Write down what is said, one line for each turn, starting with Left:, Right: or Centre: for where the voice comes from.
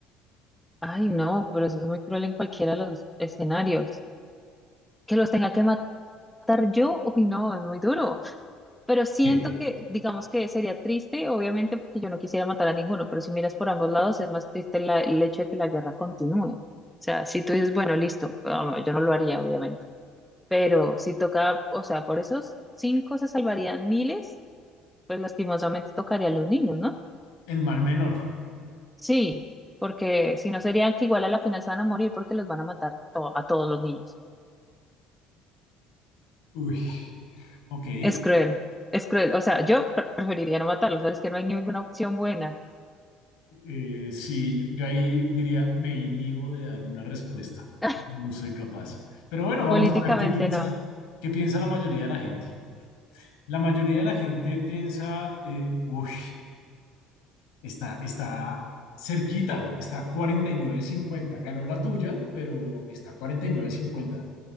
Centre: Ay, no, pero eso es muy cruel en cualquiera de los escenarios. Que los tenga que matar yo, uy, no, es muy duro. Pero siento
Left: Eh,
Centre: que, digamos que sería triste, obviamente, porque yo no quisiera matar a ninguno, pero si miras por ambos lados, es más triste la- el hecho de que la guerra continúe. O sea, si tú dices, bueno, listo, ah, no, yo no lo haría, obviamente Pero si toca, o sea, por esos cinco se salvarían miles, pues lastimosamente tocaría a los niños, ¿no?
Left: el mal menor.
Centre: Sí, porque si no serían que igual a la final se van a morir porque los van a matar to- a todos los niños.
Left: Uy, ok.
Centre: Es cruel, es cruel. O sea, yo pre- preferiría no matarlos, pero es que no hay ninguna opción buena.
Left: Eh, sí, yo, yo ahí diría, me inhibo de dar una respuesta.
Centre: <laughs>
Left: No soy capaz. Pero bueno, vamos
Centre: Políticamente
Left: a ver qué piensa,
Centre: no,
Left: qué piensa la mayoría de la gente. La mayoría de la gente piensa, eh, uy, está, está cerquita, está 49-50. Ganó la tuya, pero está 49-50.